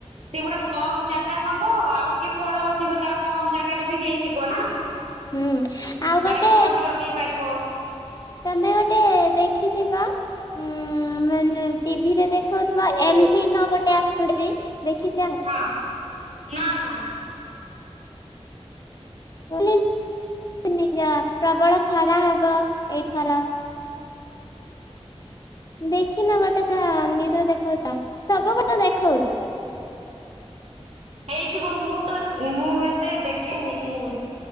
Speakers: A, on the right; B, on the left.
A: ସେଗୁଡା କମ ଜାଗା ନବ ଆଉ ଟିକେ ଫଳ ଅଧିକ ତାର କମ ଜାଗାରେ ବି ହେଇଯିବ ନା।
B: ହୁଁ ଆଉ ଗୋଟେ
A: ବାଇଗଣ ବି ଲଗେଇ ପାରିବ
B: ତମେ ଗୋଟେ ଦେଖିଥିବ। ଉଁ ମାନେ ଟିଭିରେ ଦେଖାଉଥିବା ଏ ଦିନ ଗୋଟେ ଆସୁଛି। ଦେଖିଛ।
A: ହଁ ନା ନା
B: କ ନିଜ ପ୍ରବଳ ଖରା ହବ ଏଇଥର ଦେଖିନ ଗୋଟେ ତା ନିଜରେ ଦେଖାଉ ସବୁବେ ତେ ଦେଖାଉଛି।
A: ହେଇଥିବ ମୁଁ ତ ମୁଁ ଏତେ ଦେଖେନି ନିୟୁଜ